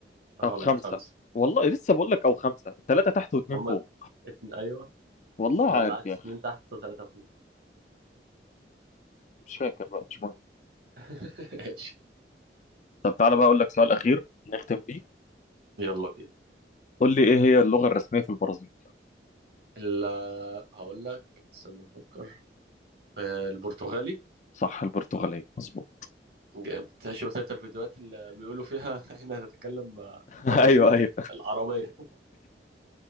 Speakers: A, on the right; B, on the left.
A: غلط
B: أو خمسة
A: خمسة
B: والله لسه بقول لك أو خمسة ثلاثة تحت واتنين
A: هما
B: فوق
A: اتن... أيوه
B: والله
A: لا
B: عارف
A: العكس
B: يا أخي
A: اتنين تحت وتلاتة فوق
B: مش فاكر بقى مش مهم
A: <laughs> ماشي
B: طب تعالى بقى أقول لك سؤال أخير نختم بيه
A: يلا بينا
B: قول لي إيه هي اللغة الرسمية في البرازيل
A: ال هقول لك استنى أفكر آه، البرتغالي
B: صح البرتغالية مظبوط
A: جامد شفت انت الفيديوهات اللي بيقولوا فيها <laughs> هنا هنتكلم مع
B: <laughs>
A: البرازيل
B: أيوه أيوه
A: العربية